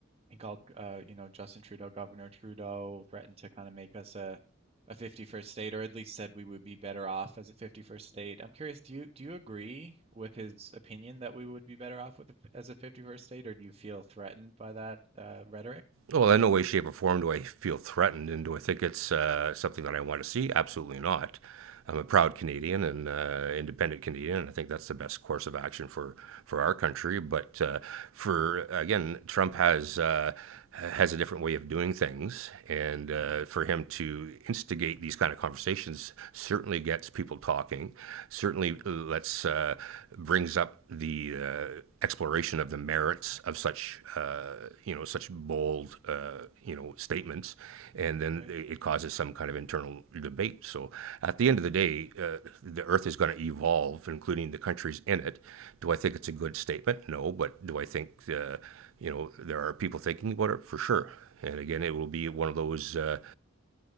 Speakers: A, on the right (about 30°); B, on the right (about 75°).
A: He called, uh, you know, Justin Trudeau, Governor Trudeau, threatened to kind of make us a a 51st state, or at least said we would be better off as a 51st state. I'm curious, do you do you agree with his opinion that we would be better off with as a 51st state, or do you feel threatened by that uh, rhetoric?
B: Oh, Well, in no way, shape, or form do I feel threatened, and do I think it's uh, something that I want to see? Absolutely not. I'm a proud Canadian and uh, independent Canadian, and I think that's the best course of action for, for our country. But uh, for again, Trump has uh, has a different way of doing things, and uh,
A: Mm-hmm.
B: for him to instigate these kind of conversations certainly gets people talking. Certainly
A: Mm-hmm.
B: uh, lets uh, uh, brings up the uh, exploration of the merits of such uh, you know such bold uh, you know statements, and then
A: Right.
B: it causes some kind of internal debate. So at the end of the day, uh, the Earth is going to evolve, including the countries in it. Do I think it's a
A: Hmm.
B: good statement? No, but do I think uh, you know there are people thinking about it for sure? And again, it will be one of those uh,